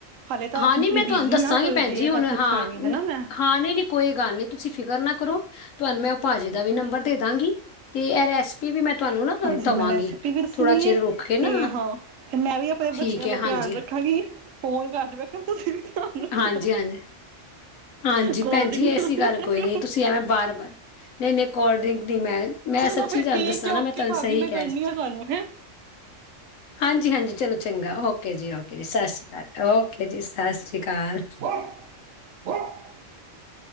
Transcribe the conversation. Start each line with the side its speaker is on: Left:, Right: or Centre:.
Right: ਹਾਲੇ ਤਾਂ
Left: ਹਾਂ ਨਹੀਂ
Right: ਥੋੜੀ
Left: ਮੈਂ
Right: ਬਿਜੀੀ
Left: ਤੁਹਾਨੂੰ ਦੱਸਾਂਗੀ
Right: ਹ ਥੋੜੀ
Left: ਭੈਣ
Right: ਦੇਰ
Left: ਜੀ ਹੁਣ
Right: ਬਾਅਦ ਪੁੱਛਾਂਗੀ
Left: ਹਾਂ
Right: ਮੈਂ
Left: ਨ- ਹਾਂ ਨਹੀਂ ਨਹੀਂ ਕੋਈ ਗੱਲ ਨੀ ਤੁਸੀਂ ਫਿਕਰ ਨਾ ਕਰੋ ਤੁਹਾਨੂੰ ਮੈਂ ਉਹ ਭਾਜੀ ਦਾ ਵੀ ਨੰਬਰ ਦੇ ਦਾਂਗੀ ਤੇ ਇਹ ਰੈਸਪੀ ਵੀ ਮੈਂ ਤੁਹਾਨੂੰ ਨਾ
Right: ਹਾਂਜੀ
Left: ਦਵਾਂਗੀ
Right: ਮੈਂ ਰੈਸਪੀ ਵੀ ਦੱਸਣੀ
Left: ਥੋੜਾ ਚਿਰ
Right: ਹੈ
Left: ਰੁਕ ਕੇ ਨਾ
Right: ਤੇ ਹਾਂ ਤੇ ਮੈਂ ਵੀ ਆਪਣੇ
Left: ਠੀਕ
Right: ਬੱਚਿਆਂ
Left: ਹੈ
Right: ਦਾ
Left: ਹਾਂਜੀ
Right: ਧਿਆਨ ਰੱਖਾਂਗੀ ਫੋਨ ਘੱਟ ਵਖਾਂ ਤੁਸੀਂ ਵੀ ਧਿਆਨ ਰੱਖਣਾ
Left: ਹਾਂਜੀ ਹਾਂਜੀ ਹਾਂਜੀ
Right: ਕੋਲਡ
Left: ਭੈਣਜੀ
Right: ਡਰਿੰਕ
Left: ਐਸੀ ਗੱਲ
Right: ਨਾ
Left: ਕੋਈ
Right: ਕਰੋ
Left: ਨੀ ਤੁਸੀਂ ਐਵੇਂ ਬਾਰ ਬਾਰ ਨਹੀਂ ਨਹੀਂ ਕੋਲਡ ਡਰਿੰਕ ਦੀ ਮੈਂ ਮੈਂ
Right: ਚਲੋ
Left: ਸੱਚੀ
Right: ਫਿਰ
Left: ਤੁਹਾਨੂੰ
Right: ਠੀਕ
Left: ਦੱਸਾਂ
Right: ਹੈ ਓਕੇ
Left: ਨਾ ਮੈਂ ਤੁਹਾਨੂੰ
Right: ਭਾਬੀ
Left: ਸਹੀ
Right: ਮੈਂ ਕਰਨੀ
Left: ਕਹਿ
Right: ਆ ਤੁਹਾਨੂੰ ਹੈਂ
Left: ਹਾਂਜੀ ਹਾਂਜੀ ਚਲੋ ਚੰਗਾ ਓਕੇ ਜੀ ਓਕੇ ਜੀ ਸਤਿ ਸ੍ਰੀ ਅਕਾਲ ਓਕੇ ਜੀ ਸਤਿ ਸ਼੍ਰੀ ਅਕਾਲ
Right: ਅਕਾਲ <unintelligible>